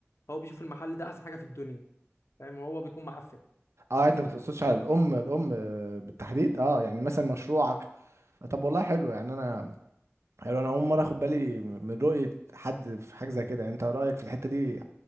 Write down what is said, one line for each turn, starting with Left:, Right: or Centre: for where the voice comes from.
Left: هو بيشوف المحل ده احسن حاجه في الدنيا فاهم هو بيكون معفن
Right: اه انت ما بتقصدش على الام الام آه، بالتحديد اه يعني مثلا مشروعك طب والله حلو يعني انا حلو انا اول مره اخد بالي من رؤيه حد في حاجه زي كده يعني انت رايك في الحته دي